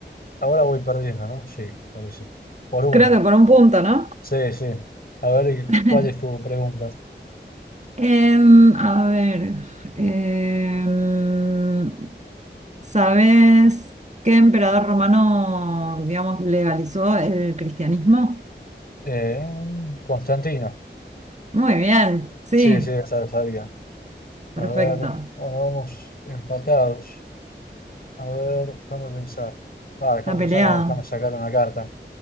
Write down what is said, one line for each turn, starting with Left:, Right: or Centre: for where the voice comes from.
Left: ahora voy perdiendo, ¿no? Sí, me parece. Por una.
Right: Creo que por un punto, ¿no?
Left: Sí, sí. A ver, ¿y
Right: <laughs>
Left: ¿cuál es tu pregunta?
Right: Em, a ver, em, ¿sabes qué emperador romano, digamos, legalizó el cristianismo?
Left: Eh, Constantino.
Right: Muy bien, sí,
Left: Sí, sí, esa la sabía.
Right: perfecto.
Left: A ver, bueno, vamos empatados. A ver, déjame pensar. Ah, déjame
Right: Está peleado.
Left: pensar, no, déjame sacar una carta.